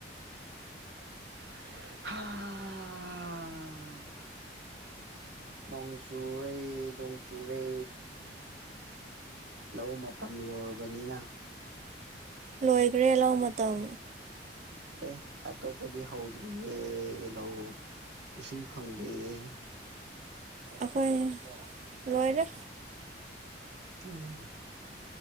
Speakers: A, on the right; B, on the right.
A: ꯍꯥ꯫ ꯅꯣꯡ ꯆꯨꯔꯦ ꯅꯣꯡ ꯆꯨꯔꯦ꯫ ꯂꯧ ꯃꯇꯝ ꯌꯧꯔꯕꯅꯤꯅ꯫
B: ꯂꯣꯏꯈ꯭ꯔꯦ ꯂꯧ ꯃꯇꯝ꯫
A: ꯑꯦ ꯑꯇꯣꯞꯄꯗꯤ ꯍꯧꯗ꯭ꯔꯤꯌꯦ ꯂꯧ꯫ ꯏꯁꯤꯡ ꯐꯪꯗꯤꯌꯦ꯫
B: ꯑꯩꯈꯣꯏ ꯂꯣꯏꯔꯦ꯫
A: <unintelligible>